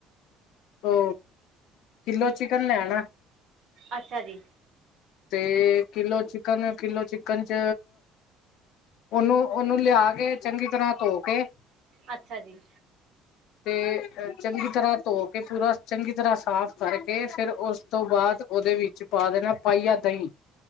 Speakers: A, on the left; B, on the right.
A: ਉਹ, ਕਿਲੋ ਚਿਕਨ ਲੈਣਾ।
B: ਅੱਛਾ ਜੀ
A: ਤੇ ਕਿਲੋ ਚਿਕਨ, ਕਿਲੋ ਚਿਕਨ 'ਚ ਉਹਨੂੰ- ਉਹਨੂੰ ਲਿਆ ਕੇ - ਆ ਕੇ ਚੰਗੀ ਤਰ੍ਹਾਂ ਧੋ ਕੇ
B: ਅੱਛਾ ਜੀ
A: ਤੇ ਚੰਗੀ ਤਰ੍ਹਾਂ ਧੋ ਕੇ, ਪੂਰਾ ਚੰਗੀ ਤਰ੍ਹਾਂ ਸਾਫ਼ ਕਰਕੇ ਫਿਰ ਉਸ ਤੋਂ ਬਾਅਦ ਉਹਦੇ ਵਿੱਚ ਪਾ ਦੇਣਾ ਪਾਈਆ ਦਹੀਂ।